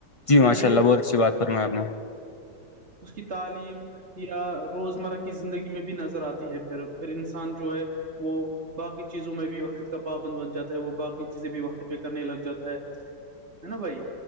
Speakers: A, on the left; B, on the right.
A: جی ماشاء
B: یہ
A: اللہ بہت اچھی بات فرمایا آپ نے
B: اس کی تعلیم یا روزمرہ کی زندگی میں بھی نظر آتی ہے پھر پھر انسان جو ہے وہ باقی چیزوں میں بھی وقت کا پابند بن جاتا ہے وہ باقی چیزیں بھی وقت پہ کرنے لگ جاتا ہے ہے نا بھائی